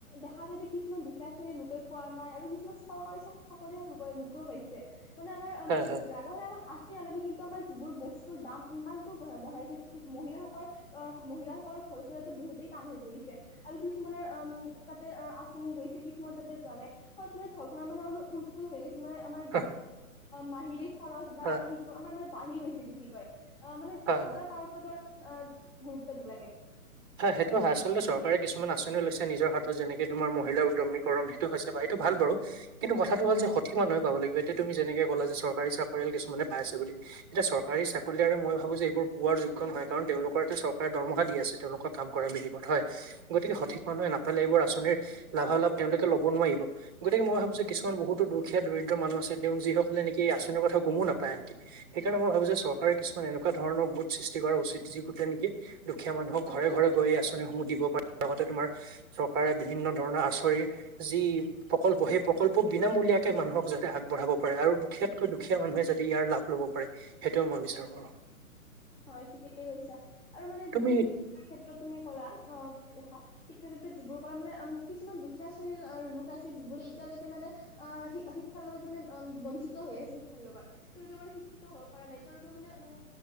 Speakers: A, on the left; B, on the right.
A: দেখা যায় দেখিক কিছুমান দুখীয়া শ্ৰেণীৰ লোকে পোৱা নাই আৰু কিছুমান চৰকাৰী-চাকৰীয়াল অ লোকেও পাইছে। পাইছে মানে আমাৰ
B: হয়
A: উম
B: হয়
A: লাগা হলে আমাক আছেই, নালাগে কিন্তু আমাৰ যিবোৰ বস্তুৰ দাম ইমানকৈ বঢ়া-বঢ়াইছে মহিলাসকল, আহ মহিলাসকলৰ ঘৰ চলোৱাতো বহুতেই টান হৈ পৰিছে, আৰু কিছুমানৰ উম তাতে আঁচনি গৈছে, কিছুমানৰ তাতে যোৱা নাই ফলত মানে ঘৰখনৰ উৎপোল হৈ গৈছে মানে আমাৰ অ
B: হয়
A: মাহিলী খৰচ বা
B: হয়
A: সেইটো আমাৰ মানে বাঢ়ি গৈছে বেছিকৈ অ মানে চৰকাৰে
B: হয়
A: তাৰ ওপৰতো অঁ গুৰুত্ব দিব লাগে।
B: হয় সেইটো হয়। আচলতে চৰকাৰে কিছুমান আঁচনি লৈছে নিজৰ হাতত যেনেকে তোমাৰ মহিলা উদ্যমীকৰম, সেইটো হৈছে বা সেইটো ভাল বাৰু কিন্তু কথাটো হ'ল যে সঠিক মানুহে পাব লাগিব, এতিয়া তুমি যেনেকে ক'লা যে চৰকাৰী-চাকৰিয়াল কিছুমানে পাই আছে বুলি, এতিয়া চৰকাৰী-চাকৰিয়ালে মই ভাবোঁ যে এইবোৰ পোৱাৰ যোগ্য নহয়, কাৰণ তেওঁলোকৰ এইয়াতে চৰকাৰে দৰমহা দি আছে। তেওঁলোকৰ কাম কৰা বিনিময়ত হয়। গতিকে সঠিক মানুহে নাপায় নহলে এইবোৰ আঁচনিৰ লাভালাভ তেওঁলোকে ল'ব নোৱাৰিব, গতিকে মই ভাবোঁ যে কিছুমান বহুতো দুখীয়া, দৰিদ্ৰ মানুহ আছে তেওঁ যিসকলে নেকি এই আঁচনিৰ কথা গমো নাপায়। সেইকাৰণে মই ভাবোঁ যে চৰকাৰে কিছুমান এনেকুৱা ধৰণৰ গোট সৃষ্টি কৰা উচিত যি গোটতে নেকি দুখীয়া মানুহক ঘৰে-ঘৰে গৈ আঁচনিসমূহ দিব পাৰে, লগতে তোমাৰ চৰকাৰে বিভিন্ন ধৰণৰ আচৰি যি প্ৰকল্প সেই প্ৰকল্প বিনামূলীয়া কে মানুহক যাতে আগবঢ়াব পাৰে, আৰু দুখীয়াতকৈ দুখীয়া মানুহে যদি ইয়াৰ লাভ ল'ব পাৰে সেইটোৱেই মই বিচাৰোঁ আৰু
A: হয় ঠিকেই কৈছা আৰু মানে
B: তুমি
A: যিবোৰ শিক্ষা শিক্ষাৰ ক্ষেত্ৰত তুমি ক'লা আহ ৰখা শিক্ষাৰ ক্ষেত্ৰত যিবোৰ ক'লা মানে উম কিছুমান দুখীয়া শ্ৰেণীৰ লোক আছে যিবোৰে এতিয়ালৈকে মানে আহ শিক্ষাৰ লগত মানে বঞ্চিত হৈ আছে শিক্ষাৰ লগত, তেওঁলোকে মানে শিক্ষিত হব পৰা নাই তেওঁলোকে মানে উম